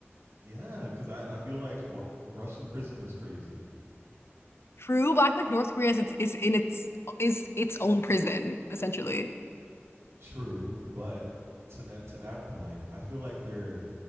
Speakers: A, on the right; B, on the left.
A: yeah, because I, I feel like wa- Russian prison is crazy.
B: True, but I feel like North Korea is its, is in its is its own prison, essentially.
A: True, but to that to that point, I feel like they're